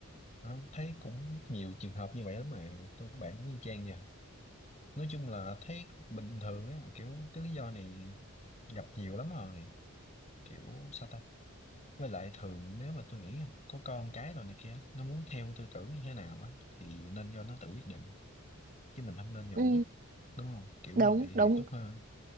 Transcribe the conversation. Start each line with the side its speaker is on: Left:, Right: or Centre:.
Left: Ờ, thấy cũng nhiều trường hợp như vậy lắm mà tôi các bạn cũng y chang vậy nói chung là thấy bình thường á kiểu cái lý do này gặp nhiều lắm rồi kiểu sao ta với lại thường nếu mà tôi nghĩ nha, có con cái rồi này kia nó muốn theo tư tưởng như thế nào á thì nên do nó tự quyết định chứ mình không nên nhồi
Right: Ừ,
Left: nhét đúng không kiểu
Right: đúng
Left: như vậy
Right: đúng
Left: thì tốt hơn